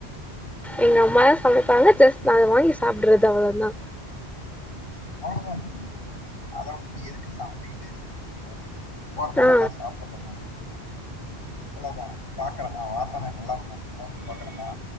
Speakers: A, in the centre; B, on the left.
A: எங்க அம்மாதா சமைப்பாங்க ஜஸ்ட் நா அதவாங்கி சாப்ட்றது அவ்ளோதா
B: அவ்ளோதான் தோழி அதவுட்டுட்டு எதுக்கு சமச்சிட்டு <unintelligible> போறோமா
A: ஆ
B: நல்லா சாப்ட்றோமா அவ்ளோதா பாக்குறம்மா வாசன நல்லா மோந் மோந்து பாக்குறம்மா